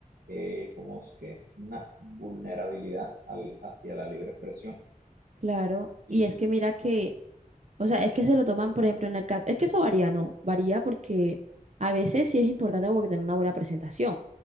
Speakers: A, on the right; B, on the right.
A: eh, ¿cómo es que es? Una vulnerabilidad al- hacia la libre expresión.
B: Claro.
A: Y,
B: Y es que mira que, o sea, es que se lo toman, por ejemplo, en el caso, es que eso varía, ¿no? Varía porque a veces sí es importante como que tener una buena presentación,